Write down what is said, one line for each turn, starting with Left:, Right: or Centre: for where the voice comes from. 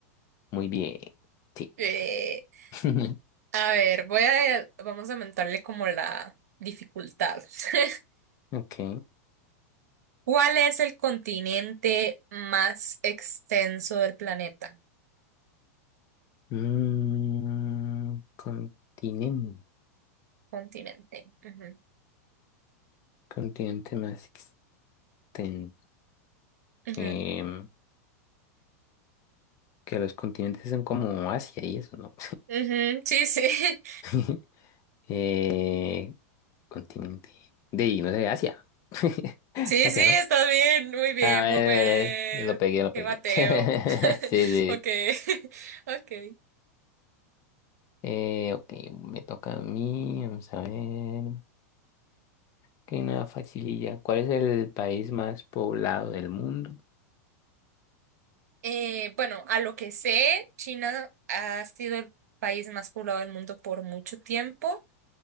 Left: Muy bien, sí.
Right: Eh,
Left: <laughs>
Right: a ver, voy a, vamos a aumentarle como la dificultad. <laughs>
Left: Ok.
Right: ¿Cuál es el continente más extenso del planeta?
Left: Mm, continente.
Right: Continente. Ujú,
Left: Continente más ten-
Right: ujú,
Left: em, que los continentes son como Asia y eso, ¿no?
Right: ujú, Sí, sí. <laughs>
Left: <laughs> Eh, continente de, y no sé, Asia. <laughs>
Right: Sí,
Left: Asia,
Right: sí,
Left: ¿no?
Right: está bien. Muy bien,
Left: A ver,
Right: muy buen.
Left: a ver, lo pegué, lo
Right: Qué
Left: pegué.
Right: bateo.
Left: <laughs>
Right: <laughs>
Left: Sí, sí.
Right: Ok, <laughs> ok.
Left: Eh, ok, me toca a mí, vamos a ver. Ok, una facililla. ¿Cuál es el país más poblado del mundo?
Right: Eh, bueno, a lo que sé, China ha sido el país más poblado del mundo por mucho tiempo,